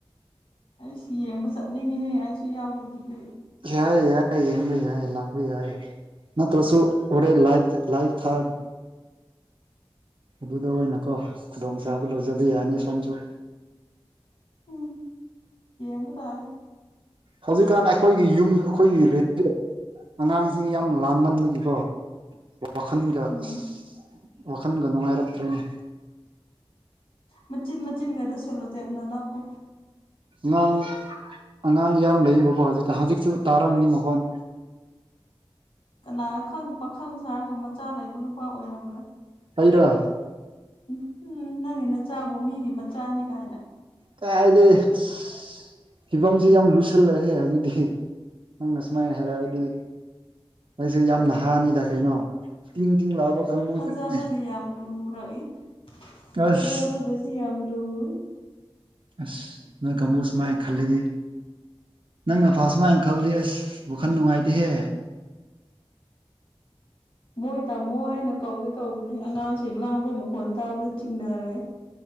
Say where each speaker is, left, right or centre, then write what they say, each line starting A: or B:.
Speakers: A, on the left; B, on the right.
A: ꯑꯩꯁꯨ ꯌꯦꯡꯕ ꯆꯠꯅꯤꯡꯉꯦꯍꯦ ꯑꯩꯁꯨ ꯌꯥꯎꯒꯦ ꯑꯗꯨꯗꯤ
B: ꯌꯥꯏ ꯌꯥꯏ ꯌꯦꯡꯕ ꯌꯥꯏ ꯂꯥꯛꯄ ꯌꯥꯏ ꯅꯠꯇ꯭ꯔꯁꯨ ꯍꯣꯔꯦꯟ ꯂꯥꯏꯐꯗ ꯂꯥꯏꯐ ꯊꯥꯅꯤ ꯑꯗꯨꯗ ꯑꯣꯏꯅꯀꯣ ꯈꯨꯗꯣꯡꯆꯥꯥꯕ ꯂꯧꯖꯕ ꯌꯥꯅꯤ ꯁꯣꯝꯖꯨ
A: ꯎꯝ ꯌꯦꯡꯕ ꯇꯥꯔꯦ
B: ꯍꯧꯖꯤꯛꯀꯥꯟ ꯑꯩꯈꯣꯏꯒꯤ ꯌꯨꯝ ꯑꯈꯣꯏꯒꯤ <unintelligible> ꯑꯉꯥꯡꯖꯤꯡ ꯌꯥꯝ ꯂꯥꯡꯃꯟꯕꯒꯤꯀꯣ ꯋꯥꯈꯟꯒ
A: ꯎꯝ
B: ꯑꯁ ꯋꯥꯈꯟꯒ ꯅꯨꯡꯉꯥꯏꯔꯛꯇ꯭ꯔꯦꯅꯦ
A: ꯃꯆꯤꯟ ꯃꯆꯤꯟꯒꯗꯣ ꯁꯦꯂꯣꯇꯦꯞꯅ ꯅꯞꯄꯣ
B: ꯅꯪ ꯑꯉꯥꯡ ꯌꯥꯝ ꯂꯩꯌꯦꯕꯀꯣ ꯍꯧꯖꯤꯛꯇ ꯍꯧꯖꯤꯛꯁꯨ ꯇꯥꯔꯝꯅꯤ ꯃꯈꯣꯟ
A: ꯀꯅꯥꯅ ꯈꯪ ꯄꯥꯈꯪ ꯁꯥꯔꯒ ꯃꯆꯥ ꯂꯩꯕ ꯅꯨꯄꯥ ꯑꯣꯏꯔꯝꯕꯔ
B: ꯑꯩꯔꯣ
A: ꯎ ꯍꯨꯝ ꯅꯪꯒꯤ ꯅꯆꯥꯕꯨ ꯃꯤꯒꯤ ꯃꯆꯥꯅꯤ ꯀꯥꯏꯅ
B: ꯀꯥꯏꯗꯩ ꯑꯁ ꯐꯤꯕꯝꯖꯦ ꯌꯥꯝ ꯂꯨꯁꯜꯂꯦꯍꯦ ꯍꯧꯖꯤꯛꯇꯤ ꯅꯪꯅ ꯁꯨꯃꯥꯏꯅ ꯍꯥꯏꯔꯛꯑꯗꯤ ꯑꯩꯖꯨ ꯌꯥꯝ ꯅꯍꯥꯅꯤꯗ ꯀꯩꯅꯣ ꯇꯤꯡ ꯇꯤꯡ ꯂꯥꯎꯕ ꯀꯥꯡꯕꯨꯗꯨꯅꯤꯅꯦ
A: ꯊꯥꯖꯕꯒ ꯌꯥꯝ ꯂꯨꯔꯛꯏ
B: ꯑꯁ
A: ꯊꯥꯖꯕꯒꯖꯤ ꯌꯥꯝ ꯂꯨꯏ
B: ꯑꯁ ꯅꯣꯏ ꯀꯥꯡꯕꯨꯨ ꯁꯨꯃꯥꯏ ꯈꯜꯂꯗꯤ ꯅꯪꯅꯐꯥꯎ ꯁꯨꯃꯥꯏꯟ ꯈꯜꯗꯤ ꯑꯁ ꯋꯥꯈꯜ ꯅꯨꯡꯉꯥꯏꯇꯦꯍꯦ
A: ꯃꯣꯏ ꯇꯥꯃꯣ ꯍꯥꯏꯅ ꯀꯧꯒꯦ ꯇꯧꯕꯅꯦ ꯑꯉꯥꯡꯁꯤꯡ ꯂꯥꯡꯕ ꯃꯈꯣꯟ ꯇꯥꯕꯗ ꯆꯤꯡꯅꯔꯑꯦ